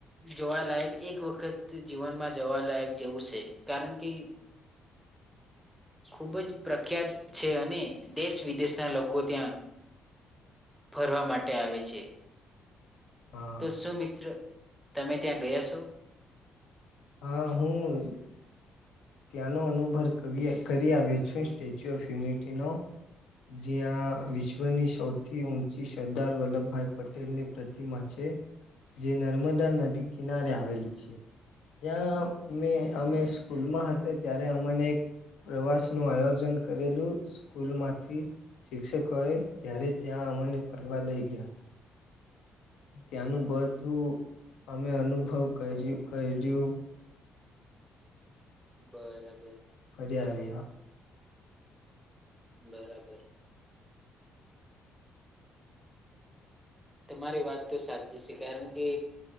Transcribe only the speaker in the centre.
જોવાલાયક એક વખત જીવનમાં જવાલાયક જેવું છે, કારણ કે હ ખૂબ જ પ્રખ્યાત છે અને દેશ વિદેશના લોકો ત્યાં ફરવા માટે આવે છે.
તો શું મિત્ર તમે ત્યાં ગયા છો?
બરાબર.
બરાબર. તમારી વાત તો સાચી છે કારણ કે